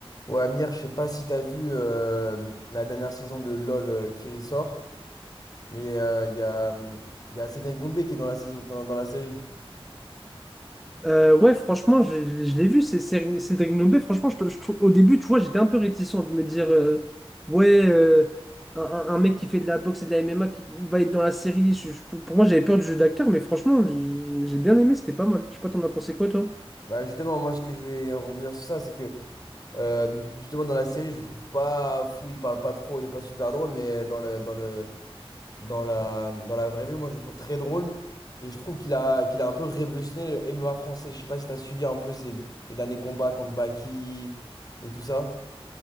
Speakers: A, on the left; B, in the centre.
A: Ouais, Amir, je sais pas si t'as vu euh, la dernière saison de LOL euh, qui ressort, mais euh, il y a, hum, il y a Cédric Doumbé qui est dans la saison, dans, dans la série.
B: Euh, ouais, franchement, je, je l'ai vu, c'est c'est- Cédric Doumbé. Franchement, je, je trouve- au début, tu vois, j'étais un peu réticent de me dire, euh, ouais, euh, un, un- un mec qui fait de la boxe et de la MMA, qui, il va être dans la série. Je- je- pour moi, j'avais peur du jeu d'acteur, mais franchement, j'ai j'ai bien aimé, c'était pas mal. Je sais pas, t'en as pensé quoi, toi?
A: Bah justement, moi ce que je vais rebondir sur ça, c'est que euh, justement dans la série, je le trouve pas fou, il parle pas trop, il est pas super drôle, mais dans le, dans le, dans la, dans la vraie vie, moi je le trouve très drôle. Et je trouve qu'il a, qu'il a un peu révolutionné le MMA français. Je sais pas si t'as suivi un peu ses, les derniers combats contre Baki et tout ça.